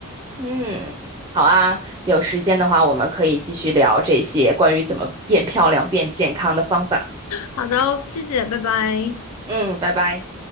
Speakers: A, on the right; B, on the left.
A: 嗯，好啊，有时间的话我们可以继续聊这些关于怎么变漂亮、变健康的方法。
B: 好的哦，谢谢，拜拜。
A: 嗯，拜拜。